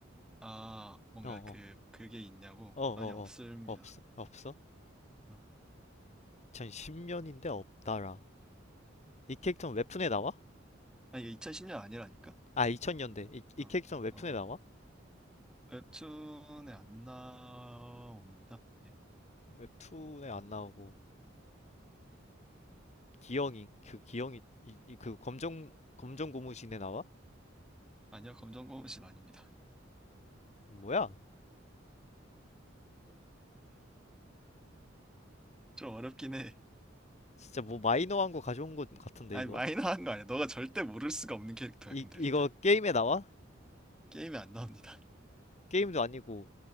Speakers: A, in the centre; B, on the left.
A: 아, 뭔가
B: 어, 어,
A: 그, 그게 있냐고?
B: 어, 어,
A: 아니, 없습니다.
B: 어, 없어, 없어?
A: 어.
B: 2010년인데 없다라. 이 캐릭터는 웹툰에 나와?
A: 아니, 이게 2010년 아니라니까?
B: 아, 2000년대. 이, 이
A: 어,
B: 캐릭터는 웹툰에
A: 어, 어.
B: 나와?
A: 웹툰에 안 나옵니다. 예.
B: 웹툰에 안 나오고, 기영이, 그 기영이, 이, 이- 그 검정, 검정 고무신에 나와?
A: 아니요, 검정고무신 아닙니다.
B: 뭐야?
A: 좀 어렵긴 해.
B: 진짜 뭐 마이너한 거 가져온 것 같은데,
A: 아니,
B: 이거?
A: 마이너한 거 아니야. 너가 절대 모를 수가 없는 캐릭터야,
B: 이,
A: 근데
B: 이거
A: 일단.
B: 게임에 나와?
A: 게임에 안 나옵니다.
B: 게임도 아니고,